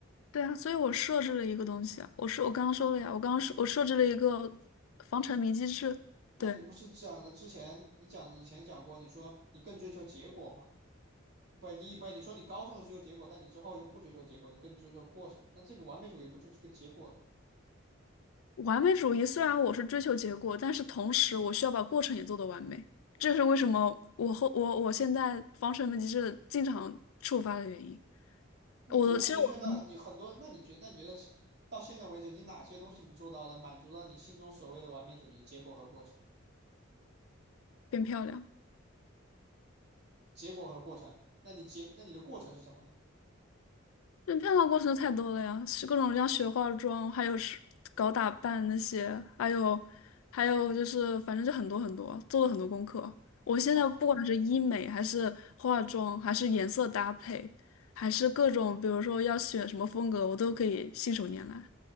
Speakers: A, on the left; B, on the right.
A: 对啊，所以我设置了一个东西啊，我是我刚刚说了呀，我刚刚设我设置了一个防沉迷机制。
B: 那你不是讲的之前你讲以前讲过，
A: 对，
B: 你说你更追求结果吗？不，你不，你说你高中的追求结果，但你之后又不追求结果，你更追求过程，那这个完美主义不就是个结果？
A: 完美主义虽然我是追求结果，但是同时我需要把过程也做得完美，这是为什么我后我我现在防沉迷机制经常触发的原因。
B: 那你问题是那你很多，
A: 我的其实我
B: 那你觉那你觉得是到现在为止，你哪些东西你做到了，满足到你心中所谓的完美主义？结果和过程，
A: 变漂亮。
B: 结果和过程，那你结，那你的过程是什么呢？
A: 这变化过程太多了呀，是各种像学化妆，还有是搞打扮那些，还有还有就是，反正就很多很多，做了很多功课。我现在不管是医美，
B: 好，
A: 还是化妆，还是颜色搭配，还是各种，比如说要选什么风格，我都可以信手拈来。